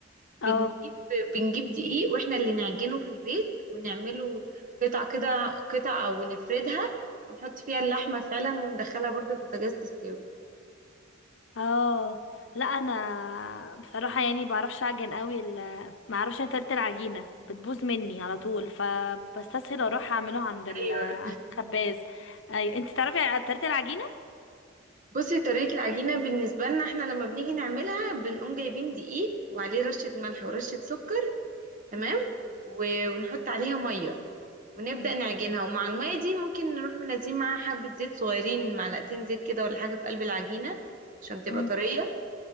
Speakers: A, on the right; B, on the left.
A: بنجيب
B: اه
A: بنجيب دقيق واحنا اللي نعجنه في البيت ونعمله قطع كده قطع ونفردها ونحط فيها اللحمة فعلا وندخلها برضو البوتاجاز تستوي
B: اه لا انا بصراحه يعني بعرفش اعجن قوي ال ما اعرفش انا طريقه العجينه بتبوظ مني على طول فبستسهل اروح اعمله عند ال
A: ايوه
B: عند الخباز اي انت تعرفي طريقه العجينه
A: بصي طريقة العجينة بالنسبة لنا احنا لما بنيجي نعملها بنقوم جايبين دقيق وعليه رشة ملح ورشة سكر تمام
B: مم،
A: و- ونحط عليها مية ونبدأ
B: مم،
A: نعجنها ومع المية دي ممكن نروح منزلين معاها حبة زيت صغيرين معلقتين زيت كده ولا حاجة في قلب العجينة عشان تبقى
B: مم،
A: طرية